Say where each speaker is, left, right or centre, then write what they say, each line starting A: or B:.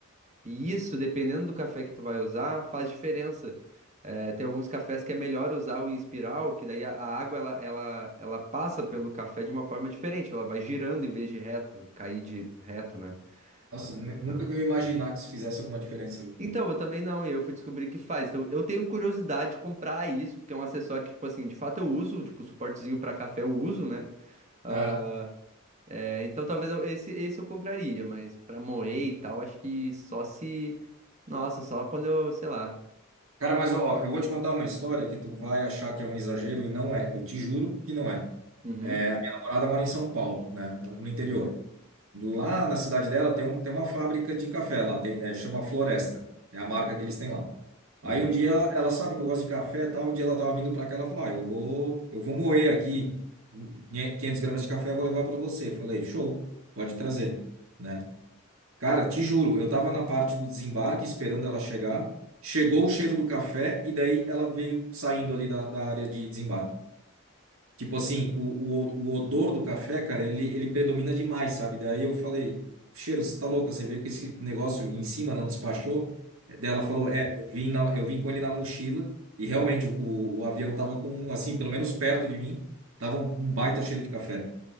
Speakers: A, on the right; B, on the right.
A: E isso, dependendo do café que tu vai usar, faz diferença. Eh, tem alguns cafés que é melhor usar o em espiral, que daí a, a água ela, ela, ela passa pelo café de uma forma diferente, ela vai girando em vez de reto, cair de reto, né?
B: Nossa, nu-
A: Ah.
B: nunca que eu ia imaginar que isso fizesse alguma diferença.
A: Então, eu também não, e eu fui descobrir que faz. Então, eu tenho curiosidade de comprar isso, porque é um acessório que, tipo assim, de fato eu uso, tipo, suportezinho pra café eu uso, né? Ah,
B: Aham.
A: é, então, talvez eu- esse, esse eu compraria, mas pra moer e tal, acho que só se. Nossa, só quando eu, sei lá.
B: Cara, mas ó, eu vou te contar uma história que tu vai achar que é um exagero e não é. Eu te juro que não é. Minha
A: Uhum.
B: namorada mora em São Paulo, né? No interior.
A: Uhum,
B: Lá na cidade dela tem, um, tem uma fábrica de café lá, tem, é, chama Floresta, é a marca que eles têm lá. Aí
A: Uhum.
B: um dia ela, ela sabe que eu gosto de café, e tal, um dia ela tava vindo para cá, ela falou: "Ah, eu vou, eu vou moer aqui 500 gramas de café, eu vou levar para você". Eu Falei: "Show, pode trazer", né? Cara, te juro, eu tava na parte do desembarque esperando ela chegar. Chegou o cheiro do café e daí ela veio saindo ali da, da área de desembarque. Tipo assim, o, o, o odor do café, cara, ele, ele predomina demais, sabe? Daí eu falei, cheiro, você tá louca? Você viu que esse negócio em cima não despachou? Daí ela falou, é, eu vim, na- eu vim com ele na mochila e realmente o, o avião tava com, assim, pelo menos perto de mim, tava um, um baita cheiro de café.